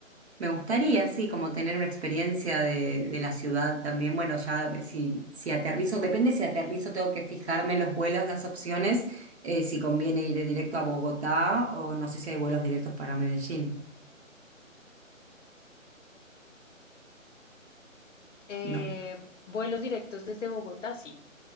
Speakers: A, on the right (about 50°); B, on the left (about 65°).
A: Me gustaría, sí, como tener una experiencia de, de la ciudad también. Bueno, ya eh, si, si aterrizo, depende si aterrizo, tengo que fijarme en los vuelos, las opciones, eh, si conviene ir directo a Bogotá o no sé si hay vuelos directos para Medellín.
B: Eh,
A: No,
B: vuelos directos desde Bogotá, sí.